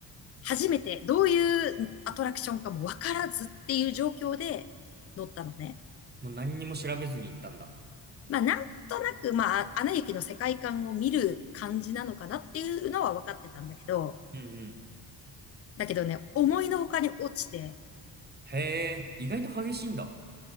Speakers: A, on the left (about 35°); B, on the right (about 20°).
A: 初めてどういうアトラクションかもわからずっていう状況で乗ったのね。
B: もう何にも調べずに行ったんだ。
A: まあ、なんとなく、まあ、アナ雪の世界観を見る感じなのかなっていうのは分かってたんだけど、
B: うん、うん。
A: だけどね、思いのほかに落ちて、
B: へえ、意外と激しいんだ。